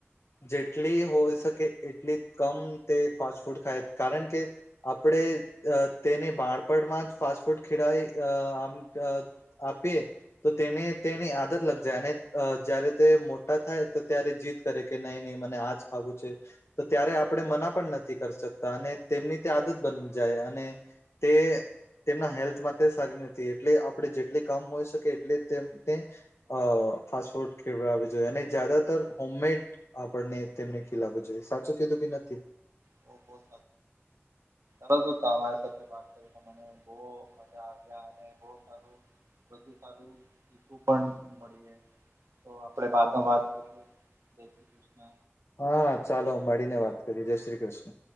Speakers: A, on the left; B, on the right.
A: જેટલી હોય શકે એટલી કમ તે ફાસ્ટફૂડ ખાય કારણ કે આપણે અ તેને બાળપણમાં જ ફાસ્ટફૂડ ખેડાઈ અ આમ આપે તો તેને તેની આદત લગ જાય અને અ જ્યારે તે મોટા થાય તો ત્યારે જીદ દ કરે કે નહી નહી મને આજ ખાવું છે તો ત્યારે આપણે મના પણ નથી કરી શકતા અને તેમની તે આદત બની જાય અને તે તેમના હેલ્થ માટે સારી નથી એટલે આપડે જેટલી કામ હોઈ શકે એટલે તેમ અ ફાસ્ટફૂડ ખેવડાવુ જોઈએ અને જ્યાદાતર હોમમેડ આપણને તેમને ખીલાવુ જોઈએ સાચું કીધું કે નથી
B: બો બહોત સર અમારી સાથે વાત કરીને મને બહ મજા આવ્યા અને બ સારું બધુ સારું સીખું પણ પડે તો આપણે બાદમાં વાત કરીએ દખએને
A: હા ચાલો મળીને વાત કરીએ જય શ્રી કૃષ્ણ